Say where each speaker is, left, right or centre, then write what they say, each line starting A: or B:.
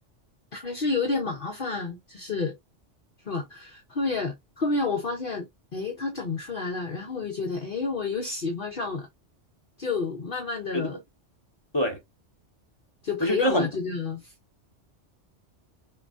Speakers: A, on the left; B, on the left.
A: 还是有点麻烦，就是是吧？后面后面我发现，哎，它长出来了，然后我就觉得，哎，我又喜欢上了，就慢慢的
B: 我觉得对，
A: 就培养了这个，
B: 我觉得很不